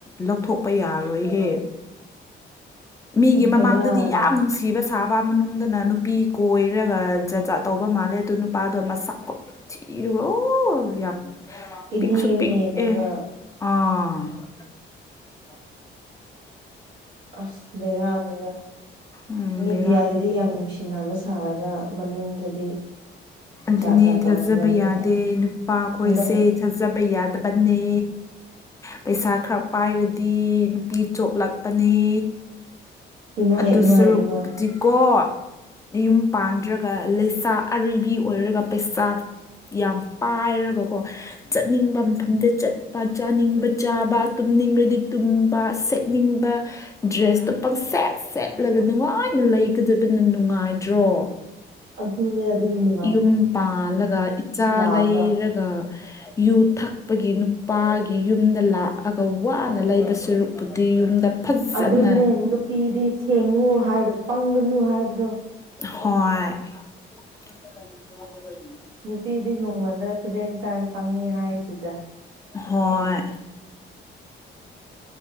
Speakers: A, on the left; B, on the right.
A: ꯂꯧꯊꯣꯛꯄ ꯌꯥꯔꯣꯏꯍꯦ ꯃꯤꯒꯤ
B: ꯕꯦꯔꯥꯅꯤ
A: ꯃꯃꯥꯡꯗꯗꯤ ꯌꯥꯝ ꯅꯨꯡꯁꯤꯕ ꯁꯥ ꯁꯥꯕ ꯃꯅꯨꯡꯗꯅ ꯅꯨꯄꯤ ꯀꯣꯏꯔꯒ ꯖꯥꯠꯖꯥꯠ ꯇꯧꯕ ꯃꯥꯜꯂꯦ ꯑꯗꯨ ꯅꯨꯄꯥꯗꯣ ꯑꯁꯛ <unintelligible> ꯌꯥꯝ
B: ꯏꯅꯦꯝ
A: ꯄꯤꯛꯁꯨ ꯄꯤꯛ
B: ꯅꯦꯝꯃꯒ
A: ꯑꯦ ꯑꯥ <inaudible>
B: ꯑꯁ ꯕꯦꯔꯥꯅꯤꯗ
A: ꯎꯝ
B: ꯃꯤꯗꯤꯌꯥꯗ
A: ꯕꯦꯔꯥ
B: ꯗꯤ ꯌꯥꯝ ꯅꯨꯡꯁꯤꯅꯕ ꯁꯥꯔꯒ ꯃꯅꯨꯡꯗꯗꯤ
A: ꯑꯗꯨꯅꯦ
B: ꯖꯥꯠ ꯖꯥꯠ ꯇꯧꯔꯝꯕꯅꯤꯗ
A: ꯊꯥꯖꯕ ꯌꯥꯗꯦ ꯅꯨꯄꯥ ꯈꯣꯏꯁꯦ
B: ꯍꯟꯗꯛ
A: ꯊꯥꯖꯕ ꯌꯥꯗꯕꯅꯦ ꯄꯩꯁꯥ ꯈꯔ ꯄꯥꯏꯔꯗꯤ ꯅꯨꯄꯤ ꯆꯣꯞꯂꯛꯄꯅꯦ
B: ꯏꯃꯥꯏ
A: ꯑꯗꯨ
B: ꯏꯃꯥꯏ
A: ꯁꯔꯨꯛ
B: ꯏꯃꯥ
A: <unintelligible> ꯀꯣ ꯌꯨꯝ ꯄꯥꯟꯗ꯭ꯔꯒ ꯂꯩꯁꯥ ꯑꯔꯩꯕꯤ ꯑꯣꯏꯔꯒ ꯄꯩꯁꯥ ꯌꯥꯝ ꯄꯥꯏꯔꯒꯀꯣ ꯆꯠꯅꯤꯡꯕ ꯃꯐꯝꯗ ꯆꯠꯄ ꯆꯥꯅꯤꯡꯕ ꯆꯥꯕ ꯇꯨꯝꯅꯤꯡꯔꯗꯤ ꯇꯨꯝꯕ ꯅꯤꯡꯕ ꯗ꯭ꯔꯦꯁꯇꯣ ꯄꯪ ꯁꯦꯠ ꯁꯦꯠꯂꯒ ꯅꯨꯡꯉꯥꯏꯅ ꯂꯩꯒꯗꯕꯅ ꯅꯨꯡꯉꯥꯏꯗ꯭ꯔꯣ
B: ꯑꯗꯨꯅꯦ ꯑꯗꯨꯅꯦ
A: ꯌꯨꯝ ꯄꯥꯜꯂꯒ ꯏꯆꯥ
B: ꯂꯥꯛꯑꯒ
A: ꯂꯩꯔꯒ ꯌꯨ ꯊꯛꯄꯒꯤ ꯅꯨꯄꯥꯒꯤ ꯌꯨꯝꯗ ꯂꯥꯛꯑꯒ ꯋꯥꯅ ꯂꯩꯕ ꯁꯔꯨꯛꯄꯨꯗꯤ ꯌꯨꯝꯗ ꯐꯖꯅ
B: ꯑꯗꯨꯅꯦ ꯅꯨꯄꯤꯗꯤ ꯁꯦꯡꯉꯨ ꯍꯥꯏꯗ ꯄꯪꯒꯅꯨ ꯍꯥꯏꯕꯗꯣ
A: ꯍꯣꯏ <unintelligible>
B: ꯅꯨꯄꯤꯗꯤ ꯅꯣꯡꯃꯗ ꯁꯚꯦꯟ ꯇꯥꯏꯝ ꯄꯪꯉꯤ ꯍꯥꯏꯗꯨꯗ
A: ꯍꯣꯏ